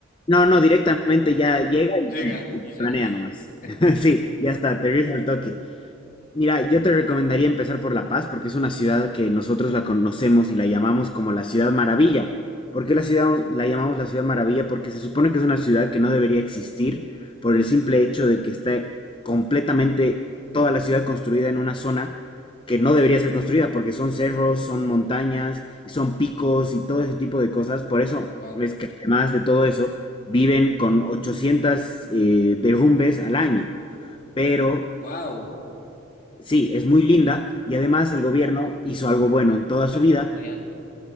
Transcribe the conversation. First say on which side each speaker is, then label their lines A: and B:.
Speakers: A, on the left; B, on the left.
A: no, no, directamente ya llega y,
B: Llega
A: y-
B: y
A: y
B: llega.
A: planea nomás.
B: <laughs>
A: <laughs> Sí, ya está, aterriza al toque. Mira, yo te recomendaría empezar por La Paz porque es una ciudad que nosotros la conocemos y la llamamos como la Ciudad Maravilla. ¿Por qué la ciudad la llamamos la Ciudad Maravilla? Porque se supone que es una ciudad que no debería existir por el simple hecho de que está completamente toda la ciudad construida en una zona que no debería ser construida porque son cerros, son montañas y son picos y todo ese tipo de cosas. Por eso
B: ¡Wow!
A: es que además de todo eso viven con 800 eh, derrumbes al año pero
B: ¡Wow!
A: Sí, es muy linda y además el gobierno hizo algo bueno en toda
B: Claro,
A: su vida,
B: es que es muy alto.